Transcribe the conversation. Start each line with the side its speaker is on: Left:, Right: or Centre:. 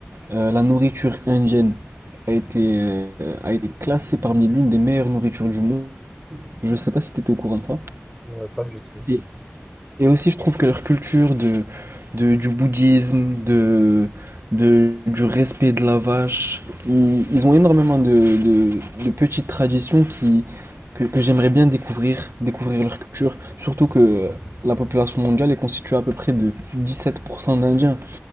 Right: Euh, la nourriture indienne a été, euh, a été classée parmi l'une des meilleures nourritures du monde. Je ne sais pas si tu étais au courant de ça.
Centre: Euh, pas du tout.
Right: Et, et aussi, je trouve que leur culture de, de- du bouddhisme, de, de- du respect de la vache, ils, ils ont énormément de, de- de petites traditions qui, que, que j'aimerais bien découvrir, découvrir leur culture. Surtout que la population mondiale est constituée à peu près de 17% d'Indiens.